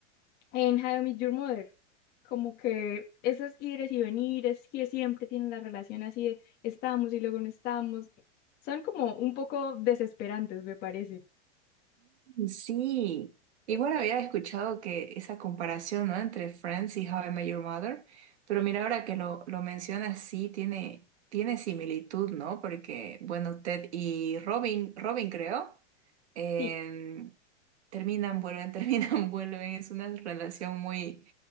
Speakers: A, on the left; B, on the right.
A: en How I Met Your Mother. Como que esos ires y venires que siempre tienen la relación así de estamos y luego no estamos, son como un poco desesperantes, me parece.
B: Sí, y bueno, había escuchado que esa comparación, ¿no? entre Friends y How I Met Your Mother, pero mira, ahora que lo, lo mencionas, sí, tiene, tiene similitud, ¿no? Porque, bueno, Ted y Robin, Robin creo, em,
A: Sí.
B: terminan, vuelven, <laughs> terminan, vuelven. Es una relación muy,